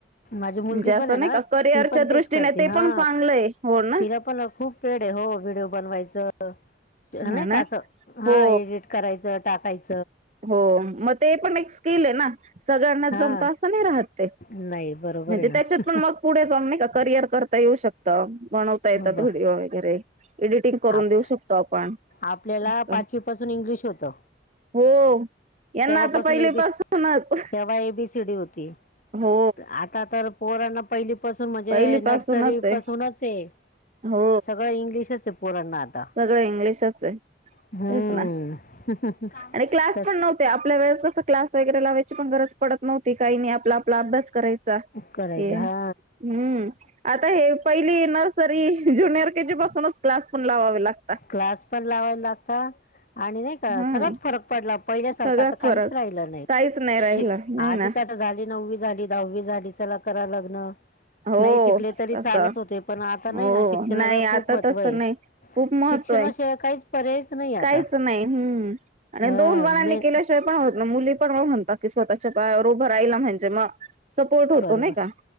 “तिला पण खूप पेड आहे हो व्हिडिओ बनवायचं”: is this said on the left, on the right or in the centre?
Left